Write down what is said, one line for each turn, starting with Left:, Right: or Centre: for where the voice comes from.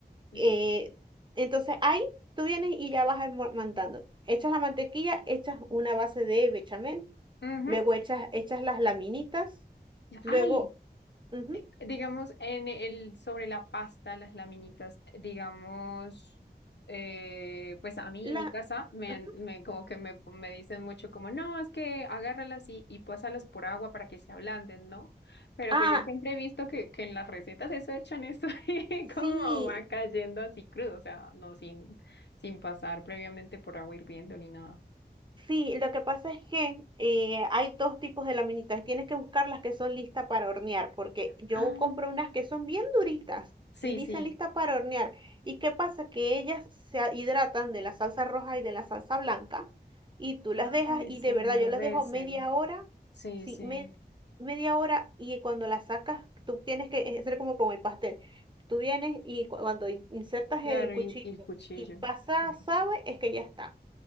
Left: Listo.
Right: Eh, entonces ahí tú vienes y ya vas almo- mandando. Echas la mantequilla, echas una base de bechamel,
Left: Ujú.
Right: luego echas, echas las laminitas, luego...
Left: Ay,
Right: ujú,
Left: Digamos, en el, sobre la pasta, las laminitas, digamos, eh, pues a mí
Right: la,
Left: en mi casa me,
Right: ajá.
Left: han- me- como que me, me dicen mucho como, no, es que agárralas y, y pásalas por agua para que se ablanden, ¿no? Pero
Right: Ah,
Left: pues yo siempre he visto que, que en las recetas eso echan eso <laughs> y
Right: sí,
Left: como va cayendo así crudo, o sea, no sin, sin pasar previamente por agua hirviendo ni nada.
Right: Sí, lo que pasa es que eh, hay dos tipos de laminitas. Tienes que buscar las que son listas para hornear, porque yo
Left: Ah,
Right: compro unas que son bien duritas
Left: Sí,
Right: y dicen
Left: sí.
Right: listas para hornear. ¿Y qué pasa? Que ellas se a- hidratan de la salsa roja y de la salsa blanca y tú las
Left: ay,
Right: dejas y
Left: se
Right: de verdad
Left: humedecen.
Right: yo las dejo media hora,
Left: Sí,
Right: sí,
Left: sí.
Right: me- media hora y cuando las sacas tú tienes que hacer como con el pastel. Tú vienes y cu- cuando in- insertas
Left: Claro,
Right: el cuchillo
Left: y, y el cuchillo.
Right: y pasa,
Left: Sí.
Right: sabe, es que ya está.